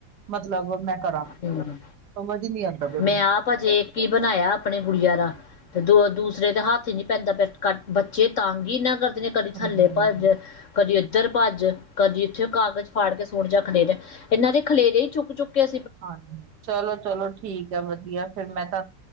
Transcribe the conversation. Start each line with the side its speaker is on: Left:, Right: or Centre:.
Right: ਮਤਲਬ ਮੈਂ ਕਰਾਂ
Left: ਹਮ
Right: ਸਮਝ ਹੀ ਨਹੀਂ ਆਉਂਦਾ ਪਿਆ
Left: ਮੈਂ ਆਪ ਭਜੇ ਹੀ ਬਨਾਇਆ, ਆਪਣੇ ਗੁੜੀਆਂ ਦਾ ਤੇ ਦੋ ਦੂਸਰੇ ਦੇ ਹੱਥ ਹੀ ਨੀ ਪੈਂਦਾ, ਬੱਚੇ ਤਾਂੰਗੀ ਨਾ ਕਰਦੇ ਨੇ, ਕਦੀ
Right: ਮੈਨੂੰ
Left: ਥੱਲੇ
Right: ਹਮ
Left: ਭੱਜ ਕਦੀ ਇੱਧਰ ਭੱਜ, ਕਦੀ ਇੱਥੇ ਕਾਗਜ਼ ਫਾੜ ਕੇ ਸੁਟ ਜਾ ਖਲੇਰੇ, ਇਹਨਾਂ ਦੇ ਖਲੇਰੇ ਹੀ ਚੁੱਕ ਚੁੱਕੇ
Right: ਹਾਂਜੀ, ਚਲੋ -ਚਲੋ ਠੀਕ ਹੈ ਵਧੀਆ ਫਿਰ ਮੈਂ ਤਾਂ